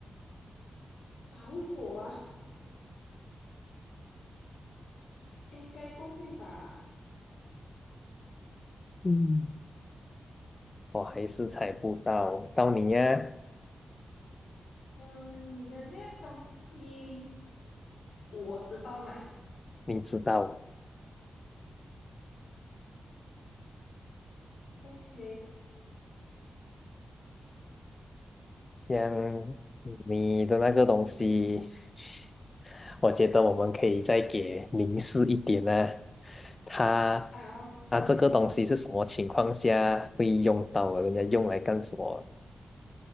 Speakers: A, on the left (about 80°); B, on the left (about 30°).
A: 着火啊，应该不会吧？
B: 嗯，我还是猜不到，到你呀，
A: 嗯，你的那样东西我知道嘛。
B: 你知道。
A: OK，
B: 像你的那个东西，<laughs> 我觉得我们可以再给凝视一点呢、它
A: 好，
B: 它这个东西是什么情况下会用到啊？人家用来干什么？